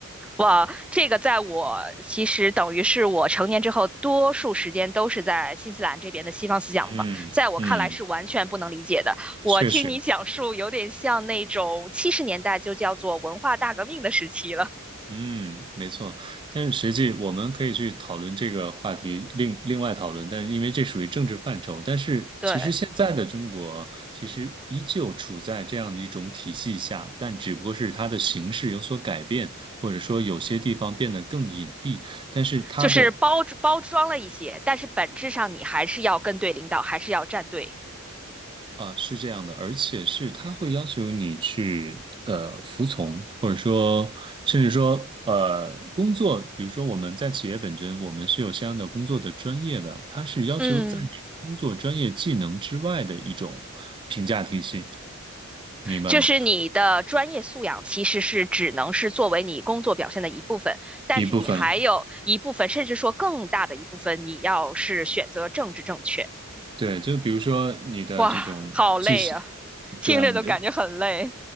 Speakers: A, in the centre; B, on the right.
A: 哇，这个在我其实等于是我成年之后，多数时间都是在新西兰这边的西方思想嘛，
B: 嗯嗯，
A: 在我看来是完全不能理解的。我听你讲述，
B: 确实。
A: 有点像那种七十年代就叫做文化大革命的时期了。
B: 嗯，没错，但是实际我们可以去讨论这个话题，另另外讨论，但是因为这属于政治范畴，但是其实现在的中国其实依旧处在这样的一种体系下，
A: 对，
B: 但只不过是它的形式有所改变，或者说有些地方变得更隐蔽，但是它的。
A: 就是包包装了一些，但是本质上你还是要跟对领导，还是要站队。
B: 啊，是这样的，而且是他会要求你去呃服从，或者说甚至说呃工作，比如说我们在企业本身，我们是有相应的工作的专业的，它是要求在你工作专业技能之外的一种评价体系，
A: 嗯。
B: 明白吗？
A: 就是你的专业素养其实是只能是作为你工作表现的一部分，但是你还有一部分，
B: 一部分，
A: 甚至说更大的一部分，你要是选择政治正确，
B: 对，就比如说你的这种技，
A: 哇，好累啊，听着都感觉很累，
B: 对啊，你的